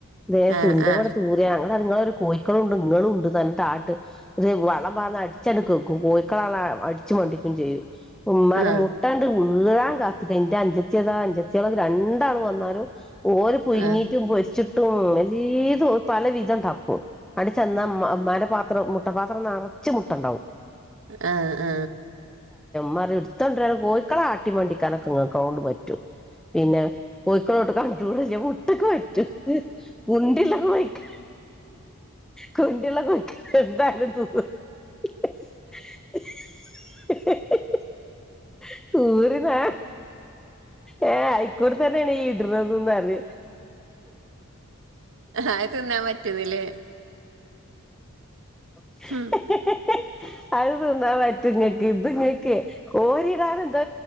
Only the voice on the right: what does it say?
ആ
ആ
ആ ആ
ആ
ആ ആ
ആ തിന്നാൻ പറ്റുന്നില്ലേ
ഉം